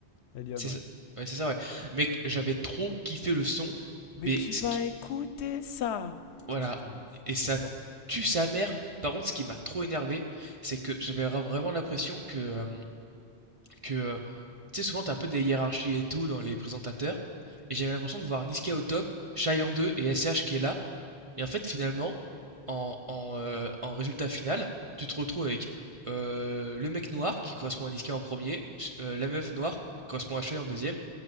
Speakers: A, on the left; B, on the right.
A: Elion,
B: C'est
A: ouais.
B: ça, ouais, c'est ça, ouais. Mec, j'avais trop kiffé
A: Mais,
B: le son,
A: mais
B: mais
A: qui
B: ce
A: va
B: qui,
A: écouter ça
B: voilà,
A: Ça, c'était
B: et ça
A: c'était fort, ça.
B: tue sa mère. Par contre, ce qui m'a trop énervé, c'est que j'avais ra- vraiment l'impression que, euh, que, euh, tu sais, souvent t'as un peu des hiérarchies et tout dans les présentateurs, et j'avais l'impression de voir Niska au top, Shai en 2 et SH qui est là, et en fait, finalement, en, en, euh, en résultat final, tu te retrouves avec euh, le mec noir qui correspond à Niska en premier, ch- euh, la meuf noire qui correspond à Shai en deuxième,